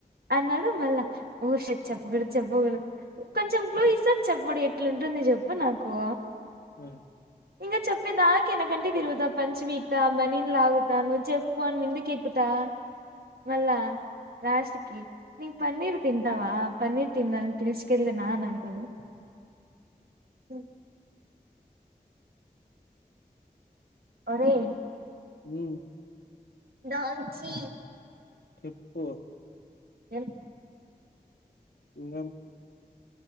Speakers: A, on the right (about 80°); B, on the left (about 80°).
A: అన్నాడు మళ్ళా ఓ షట్ చెప్పకూడదు చెప్పకూడదు కొంచెం క్లూ ఇస్తే చెప్పడు ఎట్లాంటుంది నువ్వు చెప్పు నాకు
B: హ
A: ఇంకా చెప్పేదాకా ఎనకంటే తిరుగుతా పంచ పీకుతా బనీన్ లాగుతాను చె పోన్ ఎందుకు ఎక్కుతా వళ్ళ రాలాస్ట్కి నంగ్ పన్నీర్ తింతవా పన్నీర్ తిందం తెల్సుకెల్ద నాన్ అంటడు అ ఒరేయ్
B: అ
A: దావచ్చి
B: ఏప్పు
A: ఏం
B: ఈగం